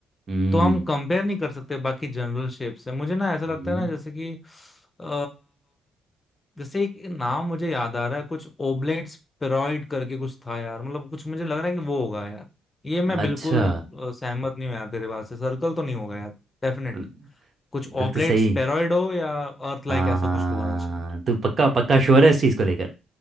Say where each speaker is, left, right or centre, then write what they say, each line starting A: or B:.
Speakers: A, on the right; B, on the left.
A: हम्म
B: तो हम कंपेयर नहीं कर सकते बाकी जनरल शेप से मुझे ना ऐसा लगता
A: हम्म।
B: है ना जैसे कि अ, जैसे एक नाम मुझे याद आ रहा है कुछ ओबलेट स्पेरॉइड करके कुछ था यार मतलब कुछ मुझे लग रहा है कि वो होगा यार ये मैं
A: अच्छा
B: बिल्कुल अ, सहमत नहीं हूँ यार तेरे बात से सर्कल तो नहीं होगा यार डेफिनेटली
A: गलत
B: कुछ ओबलेट
A: तो सही
B: स्पेरॉइड हो या अर्थ लाइक
A: हाँ
B: ऐसा कुछ होना चाहिए
A: तू पक्का पक्का श्योर है इस चीज को लेकर